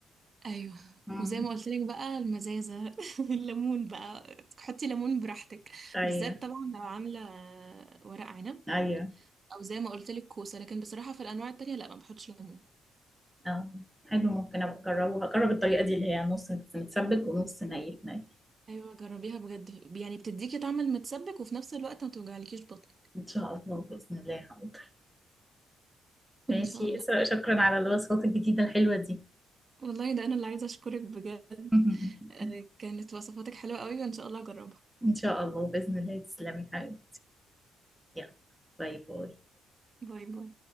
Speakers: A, on the right (about 35°); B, in the centre.
A: ايوه
B: مم.
A: وزي ما قلت لك بقى المزازه <laughs> الليمون بقى حطي ليمون براحتك
B: ايوه
A: بالذات طبعا لو عامله ورق عنب
B: ايوه
A: او زي ما قلت لك كوسه لكن بصراحه في الانواع التانية لا ما بحطش ليمون
B: اه حلو ممكن ابقى اجربه هجرب الطريقة دي اللي هي نص متسبك ونص ني في ني
A: ايوه جربيها بجد يعني بتديكي طعم المتسبك وفي نفس الوقت ما توجعلكيش بطن
B: ان شاء الله بإذن الله حاضر ماشي
A: ان شاء الله
B: اسراء شكرا على الوصفات الجديدة الحلوة دي
A: والله ده انا اللي عايزه اشكرك بجد
B: <laughs>
A: آه، كانت وصفاتك حلوه قوي وان شاء الله اجربها
B: إن شاء الله بإذن الله تسلمي حبيبي يلا باي باي
A: باي باي